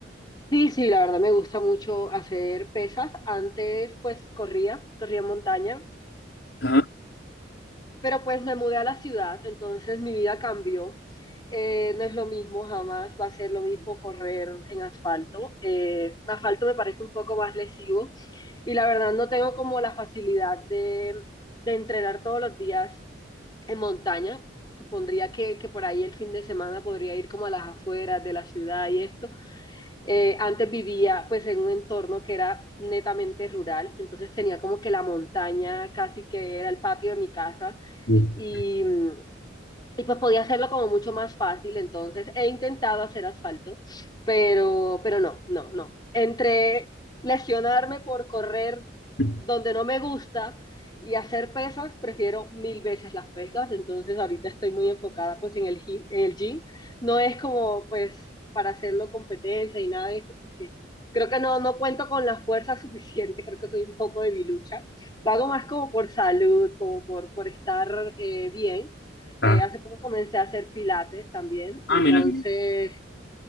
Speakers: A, on the left; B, on the left.
A: Sí, sí, la verdad me gusta mucho hacer pesas. Antes, pues, corría, corría montaña,
B: Ah,
A: Pero pues me mudé a la ciudad, entonces mi vida cambió. Eh, no es lo mismo jamás, va a ser lo mismo correr en asfalto. Eh, asfalto me parece un poco más lesivo y la verdad no tengo como la facilidad de, de entrenar todos los días en montaña. Supondría que, que por ahí el fin de semana podría ir como a las afueras de la ciudad y esto. Eh, antes vivía pues en un entorno que era netamente rural, entonces tenía como que la montaña casi que era el patio de mi casa
B: bien.
A: y mm, y pues podía hacerlo como mucho más fácil, entonces he intentado hacer asfalto, pero, pero no, no, no. Entre lesionarme por correr
B: <laughs>
A: donde no me gusta y hacer pesas, prefiero mil veces las pesas, entonces ahorita estoy muy enfocada pues en el, gi- en el gym. No es como pues para hacerlo competencia y nada de esto, porque creo que no, no cuento con la fuerza suficiente, <laughs> creo que soy un poco debilucha. Lo hago más como por salud, como por, por estar eh, bien eh,
B: Ah,
A: hace poco comencé a hacer pilates también,
B: ah,
A: entonces,
B: mirá,